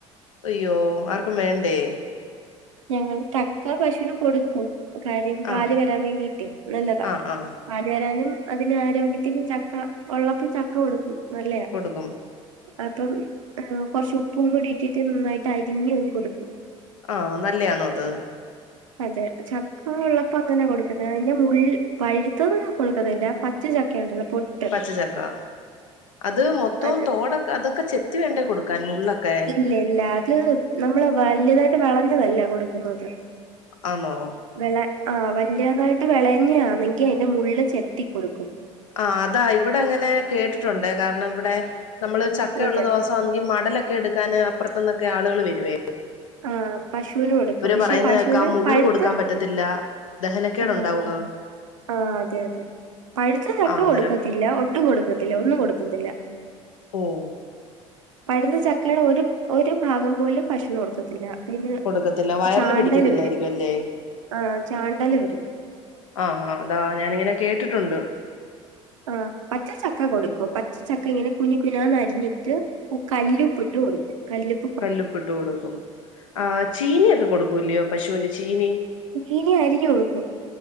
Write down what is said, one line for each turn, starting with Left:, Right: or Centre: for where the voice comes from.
Left: അയ്യോ! ആർക്കും വേണ്ടേ?
Right: ഞങ്ങൾ ചക്കാ പശൂന് കൊടുക്കും കാര്യം പാല്
Left: ആ
Right: വരാൻ വേണ്ടിയിട്ടേ നല്ലതാ.
Left: ആ ആ
Right: പാല് വരാനും അതിന് ആരോഗ്യത്തിനും ചക്ക ഒള്ളപ്പോ ചക്ക കൊടുക്കും നല്ലയാ.
Left: കൊടുക്കും
Right: അപ്പം കൊറച്ച് ഉപ്പും കൂടിയിട്ടിട്ട് നന്നായിട്ട് അരിഞ്ഞങ്ങ് കൊടുക്കും.
Left: ആഹ് നല്ലയാന്നോ അത്?
Right: അതെ ചക്ക ഉള്ളപ്പോ അങ്ങനെ കൊടുക്കുന്നത് അതിന്റെ മുള്ള് പഴുത്തത് കൊടുക്കത്തില്ല പ ച്ചാ, ചക്കയെണ്ടല്ലോ പൊരി
Left: പച്ചച്ചക്ക അത് മൊത്തവും
Right: അത്
Left: തോടൊക്കെ അതൊക്കെ ചെത്തി വേണ്ടേ കൊടുക്കാൻ മുള്ളൊക്കെ?
Right: ഇല്ല ഇല്ല അത് നമ്മള് വല്തായിട്ട് വെളഞ്ഞതല്ല കൊടുക്കുന്നത്.
Left: ആന്നോ?
Right: വെള ആ വല്യതായിട്ട് വെളഞ്ഞാന്നെങ്കി അയിന്റെ മുള്ള് ചെത്തി കൊടുക്കും.
Left: ആഹ് അതാ ഇവടങ്ങനെ കേട്ടിട്ടുണ്ട് കാരണം ഇവിടെ നമ്മള് ചക്കയുള്ള
Right: അതെ
Left: ദുവസാ ന്നെങ്കി മടലൊക്കെ എടുക്കാന് അപ്പർത്ത്ന്നൊക്കെ ആളുകള് വെരുവേ
Right: ആഹ് ആഹ് പശൂന് കൊടുക്കും പക്ഷെ
Left: പറയുന്ന
Right: പശുവിന്
Left: കേക്കാം മുള്ള്
Right: പഴുത്തെ
Left: കൊടുക്കാൻ പറ്റത്തില്ല ദഹനക്കേടുണ്ടാവുന്ന്
Right: ആഹ്. ആ അതെ അതെ പഴുത്ത ചക്ക
Left: ആഹ് അന്നേരം
Right: കൊടുക്കത്തില്ല ഒട്ടും കൊടുക്കത്തില്ല ഒന്നും കൊടുക്കത്തില്ല.
Left: ഓഹോ
Right: പഴുത്ത ചക്കയുടെ ഒരു ഒരു ഭാഗം പോലും പശൂന് കൊടുക്കത്തില്ല. അയിന്
Left: കൊടുക്കത്തില്ല വയറിന്
Right: ചാണ്ടല്
Left: പിടിക്കത്തില്ലായിരിക്കും
Right: വെരും
Left: അല്ലേ
Right: ആ ചാണ്ടല് വരും.
Left: ആഹ് ഹാ അതാ ഞാാനിങ്ങനെ കേട്ടിട്ടുണ്ട്.
Right: ആ പച്ചച്ചക്ക കൊടുക്കും പച്ചച്ചക്ക ഇങ്ങനെ കുനു കുനാന്നരിഞ്ഞിട്ട്. ഉപ് കല്ലുപ്പ്ട്ട് കൊടുക്കും കല്ല്പ്പ്
Left: കല്ലുപ്പിട്ട് കൊടുക്കും ആ് ചീനിയൊക്കെ കൊടുക്കൂല്ലയോ പശുവിന് ചീനി
Right: ചീനി അരിഞ്ഞ് കൊടുക്കും